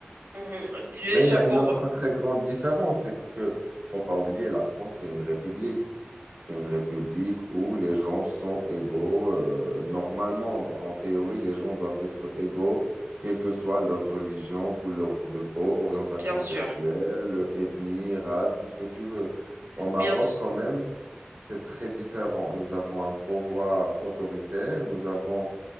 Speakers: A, on the right; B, on the right.
A: Mhm. Déjà
B: Mais il y a
A: pour,
B: une autre très grande différence, c'est que faut pas oublier, la France, c'est une république. C'est une république où les gens sont égaux. euh, normalement, en théorie, les gens doivent être égaux, quelle que soit leur religion, couleur de peau, orientation
A: bien sûr.
B: sexuelle, ethnie, race, tout ce que tu veux. Au Maroc,
A: Bien sûr.
B: quand même, c'est très différent. Nous avons un pouvoir autoritaire, nous avons